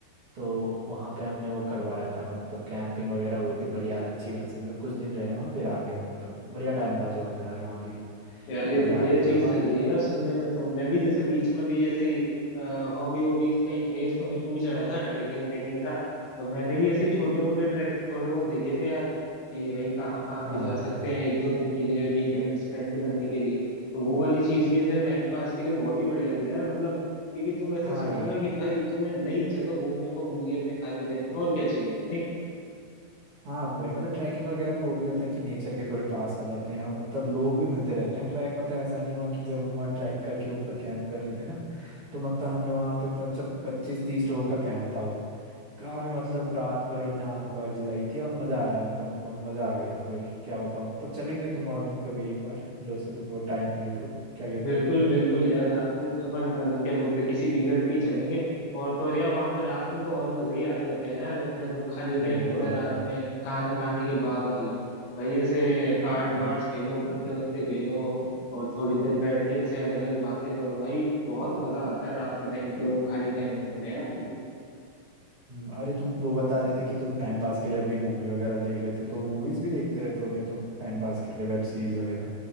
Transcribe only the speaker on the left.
यार ये
तो बढ़िया
चीज
लग रही है यार सुनने में तो मैं भी जैसे बीच में भी ऐसे ही हॉबी हॉबी इसका ही क्रेज तो मेरे को भी चढ़ा था ट्रैकिंग व्रेकिंग का तो मैंने भी ऐसे छोटे मोटे ट्रैक तो थोड़े बहुत देखे थे यार कि भाई कहाँ कहाँ
पे जा
सकते हैं एक दो दिन के लिए वीकेंड स्पेंड करने के लिए तो वो वाली चीज भी ऐसे टाइम पास के लिए बहुत ही बढ़िया थी यार मतलब क्योंकि तुम ऐसे
सोचो
ना कि भाई तुम्हें नई जगह घूमने को मिल रही है अपने खाली टाइम में और क्या चाहिए भाई
बिल्कुल
बिल्कुल यार रात में तो अपन मतलब क्या बोलते हैं किसी वीकेंड पे ही चलेंगे और तो और यार वहाँ पे रात में तो और मजे ही आ रहे होते हैं यार अपना जब खाली टाइम
होता है रात
में खाना खाने के बाद वाला भाई ऐसे कार्ड्स
वार्ड्स खेलो पत्ते वत्ते खेलो और थोड़ी देर बैठ के ऐसे अलग अलग बातें करो भाई बहुत मजा आता है रात के टाइम पे वो खाली टाइम में तो नहीं यार